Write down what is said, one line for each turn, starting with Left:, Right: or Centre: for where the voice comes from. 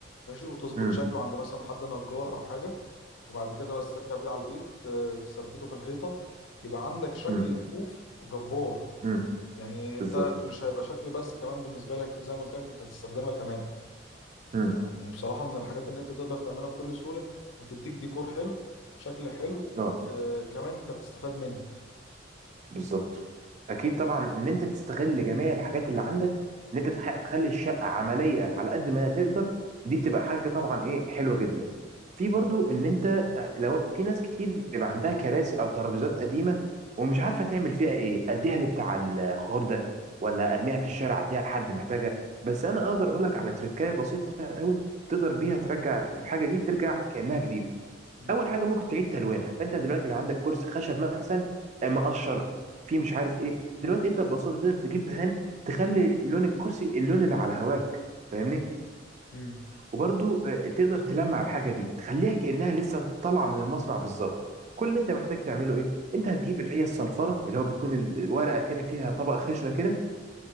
Left: ماشي وتظبط
Right: مم،
Left: شكله عند مثلا حد نجار او حاجه وبعد كده بس ترجع بيه على البيت آه، تثبته في الحيطة يبقى عندك شكل
Right: مم،
Left: رفوف جبار
Right: مم،
Left: يعني انت
Right: بالظبط
Left: مش هيبقى شكل بس كمان بالنسبة لك زي ما قلت لك انت هتستخدمها كمان
Right: مم،
Left: يعني بصراحة من الحاجات ان انت تقدر تعملها بكل سهولة هتديك ديكور حلو شكل حلو
Right: اه
Left: آه كمان انت بتستفاد منها
Right: بالظبط اكيد طبعا ان انت تستغل جميع الحاجات اللي عندك ان انت تح- تخلي الشقه عمليه على قد ما تقدر دي بتبقى حاجه طبعا ايه حلوه جدا في
Left: بالظبط
Right: برضو ان انت آه، لو في ناس كتير بيبقى عندها كراسي او ترابيزات قديمه ومش عارفه تعمل فيها ايه اديها لبتاع الخضار ده ولا ارميها في الشارع اديها لحد محتاجها بس انا اقدر اقولك على تركايه بسيطه قوي تقدر بيها ترجع الحاجه دي ترجع كانها جديده
Left: مم.
Right: اول حاجه ممكن تعيد تلوينها فانت دلوقتي لو عندك كرسي خشب مثلا آه، مقشر فيه مش عارف ايه دلوقتي انت ببساطه تقدر تجيب دهان تخلي لون الكرسي اللون اللي على هواك فاهمني
Left: مم.
Right: وبرضو آه، تقدر تلمع الحاجه دي تخليها كانها لسه طالعه من المصنع بالظبط كل اللي انت محتاج تعمله ايه انت هتجيب اللي هي الصنفره اللي هو بيكون الورقه كده فيها طبقه خشنه كده